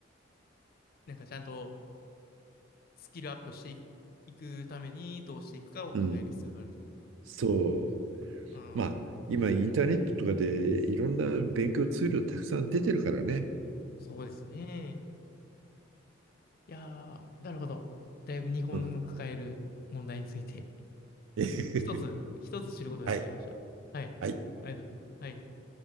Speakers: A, on the left; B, on the right.
A: なんかちゃんとスキルアップしていくためにどうしていくかを考える必要があると。
B: うん。そう。
A: うん、
B: まあ、今インターネットとかでいろんな勉強ツールたくさん出てるからね。
A: そうですね。いやー、なるほど。だいぶ日本の抱える問題について
B: うん <laughs>
A: 一つ、一つ知ることができました。
B: はい。
A: はい。
B: はい。
A: ありがとうございます。はい。